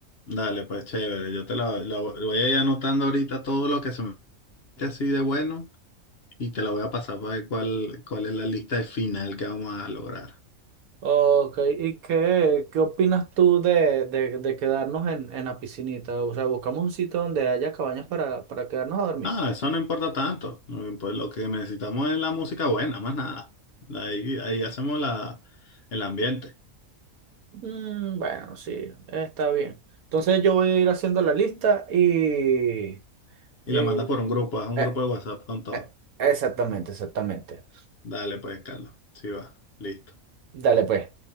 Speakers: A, on the left (about 55°); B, on the right (about 85°).
A: Dale, pues, chévere. Yo te la, la vo- voy a ir anotando ahorita todo lo que se me mete así de bueno y te la voy a pasar para ver cuál, cuál es la lista final que vamos a lograr.
B: Ok, ¿y qué, qué opinas tú de, de, de quedarnos en, en la piscinita? O sea, buscamos un sitio donde haya cabañas para, para quedarnos a dormir.
A: No, eso no importa tanto. No impo- Lo que necesitamos es la música buena, más nada. Ahí, ahí hacemos la, el ambiente.
B: Mm, bueno, sí, está bien. Entonces yo voy a ir haciendo la lista y...
A: Y
B: y-
A: la mandas por un grupo, haz un
B: eh,
A: grupo de WhatsApp con todo.
B: eh, exactamente, exactamente.
A: Dale, pues, Carlos. Sí va. Listo.
B: Dale pues.